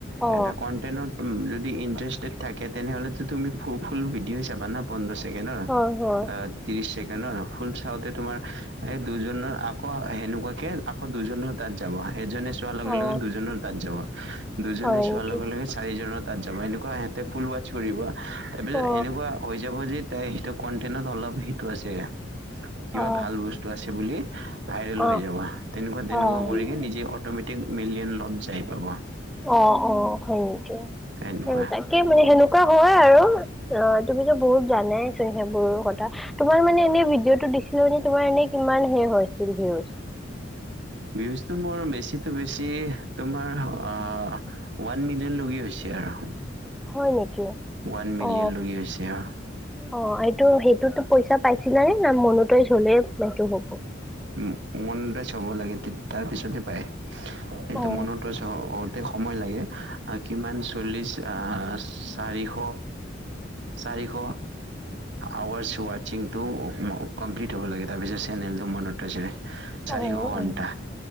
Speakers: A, in the centre; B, on the right (about 65°).
A: অ
B: এটা কণ্টেনত যদি ইন্টাৰেষ্টেড থাকে তেনেহ'লেতো তুমি ফু ফুল ভিডিঅ' চাবা না পোন্ধৰ ছেকেণ্ডৰ
A: হয় হয়
B: ত্ৰিশ ছেকেণ্ডৰ ফুল চাওঁতে তোমাৰ এই দুজনৰ আকৌ সেনেকুৱাকে আকৌ দুজনৰ তাত যাব এজনে চোৱাৰ লগে
A: অ
B: লগে দুজনৰ তাঁত যাব দুজনে
A: হয়
B: চোৱাৰ
A: নেকি
B: লগে লগে চাৰিজনৰ তাত যাব এনেকুৱা সিহঁতে ফুল ৱাছ কৰিব। তাৰপিছত
A: অ
B: এনেকুৱা হৈ যাব যে তাই সেইটো কন্টেনত অলপ সেইটো আছে কিবা
A: অ অ
B: ভাল বস্তু আছে বুলি ভাইৰেল
A: অ
B: হৈ যাব তেনেকুৱা তেনেকুৱা
A: অ অ
B: কৰিকে নিজে অট'মেটিক মিলিয়ন লত যাই পাব
A: অ অ হয় নেকি
B: সেনেকুৱা
A: তাকে মানে সেনেকুৱা হয় আৰু অ তুমিতো বহুত জানাই চোন সেইবোৰ কথা তোমাৰ মানে এনে ভিডিঅ' তটো দিছিলো নে তোমাৰ এনে কিমান হে হৈ ভউজ
B: ভিয়িউজটো মোৰ বেছিত বেছি তোমাৰ আহ ওৱান মিলিয়ন লৈকে হৈছে আৰু
A: হয় নেকি?
B: ওৱান মিলিয়ন
A: অ
B: লগি হৈছে আৰু
A: অ এইটো সেইটোতো পইচা পাই <unintelligible> না মনোতাইজ হলে সেইটো হব।
B: ম মনোটাইজ হব লাগে তাৰ পিছত হে পায়। সেইটো
A: অ
B: মনোটাইজ হ হ‌ওতে সময় লাগে, কিমান চল্লিশ চাৰিশ চাৰিশ আৱাচ ৱাচিং টো কমপ্লিট হব লাগে তাৰপিছত চেনেলটো মনোটাইজ হয়। চাৰিশ
A: অ
B: ঘন্টা
A: অ